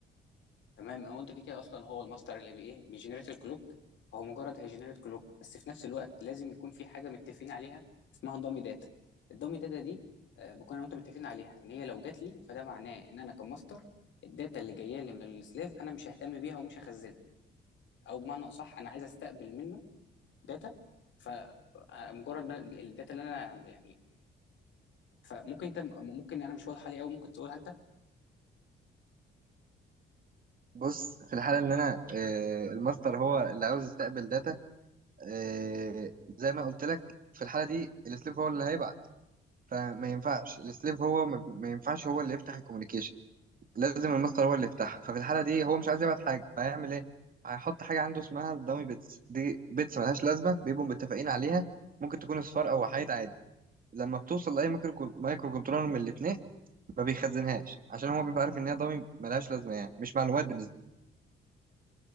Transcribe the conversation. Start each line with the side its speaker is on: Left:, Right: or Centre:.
Left: تمام هو انت كده كده اصلا هو الماستر اللي بي ايه بيجنريت الكلوك هو مجرد هيجنريت كلوك بس في نفس الوقت لازم يكون في حاجه متفقين عليها اسمها دامي داتا الدامي داتا دي آه بكون انا وانت متفقين عليها ان هي لو جات لي فده معناه ان انا كماستر الداتا اللي جايه لي من السلاف انا مش ههتم بيها ومش هخزنها او بمعنى اصح انا عايز استقبل منه داتا فمجرد ما الداتا اللي انا يعني فممكن انت ممكن انا مش واضح عليه قوي ممكن تقولها انت
Right: بص في الحالة اللي انا آه، الماستر هو اللي عاوز يستقبل داتا آه، زي ما قلت لك في الحالة دي السليف هو اللي هيبعت فما ينفعش السليف هو ما, بي- ما ينفعش هو اللي يفتح الكوميونيكيشن لازم الماستر هو اللي يفتحها ففي الحاله دي هو مش عايز يبعت حاجه فهيعمل ايه هيحط حاجه عنده اسمها الدامي بيتس دي بيتس ملهاش لازمه بيبقوا متفقين عليها ممكن تكون اصفار او وحايد عادي لما بتوصل لاي مايكرو كون- مايكرو كنترولر من الاثنين ما بيخزنهاش عشان هو بيبقى عارف ان هي دامي ملهاش لازمه يعني مش معلومات بالنسبه